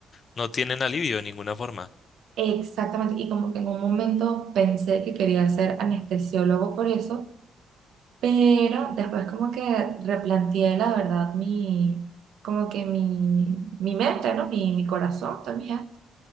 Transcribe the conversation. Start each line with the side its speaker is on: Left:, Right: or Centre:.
Left: no tienen alivio de ninguna forma.
Right: Exactamente, y como que en un momento pensé que quería ser anestesiólogo por eso, pero después como que replanteé la verdad mi, como que mi, mi mente, ¿no? Mi, mi corazón también,